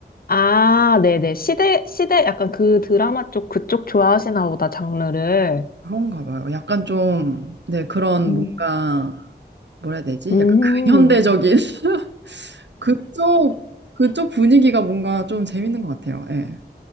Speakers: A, on the left (about 55°); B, on the right (about 85°).
A: 아, 네네. 시대, 시대, 약간 그 드라마 쪽, 그쪽 좋아하시나 보다, 장르를.
B: 그런가 봐요. 약간 좀, 네, 그런
A: 음.
B: 뭔가 뭐라 해야 되지?
A: 음,
B: 약간 근현대적인 <laughs> 그쪽 그쪽 분위기가 뭔가 좀 재밌는 것 같아요. 예.